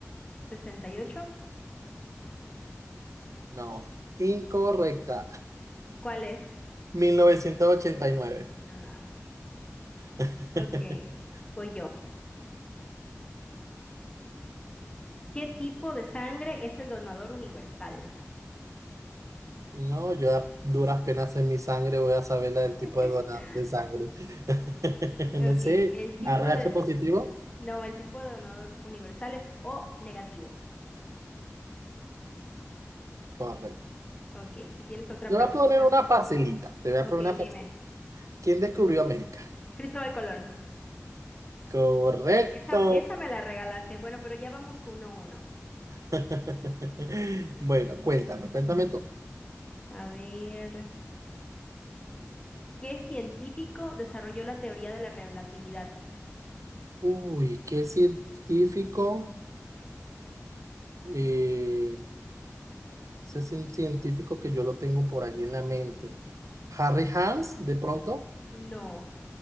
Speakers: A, on the left; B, on the right.
A: sesenta y ocho.
B: No, incorrecta.
A: ¿Cuál es?
B: 1989.
A: Ah,
B: <laughs>
A: ok. Voy yo. ¿Qué tipo de sangre es el donador universal?
B: No, yo a duras penas en mi sangre voy a saber la del tipo
A: <laughs>
B: de donante de sangre. <laughs>
A: Ok,
B: No sé,
A: el tipo
B: A RH
A: de...
B: positivo.
A: No, el tipo de donador universal es O negativo.
B: Correcto.
A: Ok, si tienes otra
B: Yo
A: preguntita.
B: voy a poner una facilita. Te voy a
A: Ok,
B: poner una
A: dime.
B: facilita. ¿Quién descubrió América?
A: Cristóbal Colón.
B: Correcto.
A: Esa, esa me la regalaste. Bueno, pero ya vamos uno a uno.
B: <laughs> Bueno, cuéntame, cuéntame tú.
A: A ver. ¿Qué científico desarrolló la teoría de la relatividad?
B: Uy, qué científico. eh, ese es un científico que yo lo tengo por allí en la mente. Harry Hans, de pronto.
A: No.